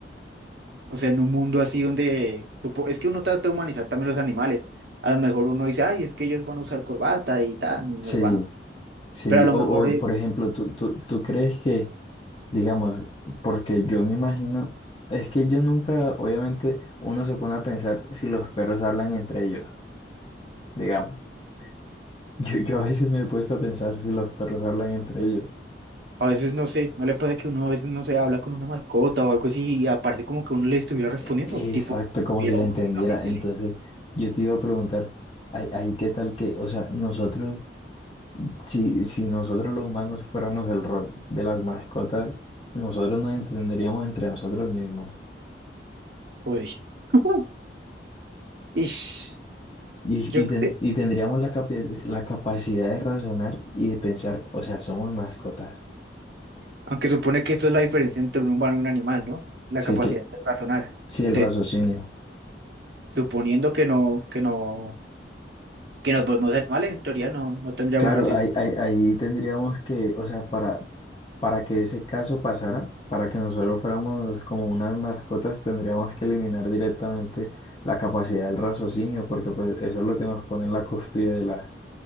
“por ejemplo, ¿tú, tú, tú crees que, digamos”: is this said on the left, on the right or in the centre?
Left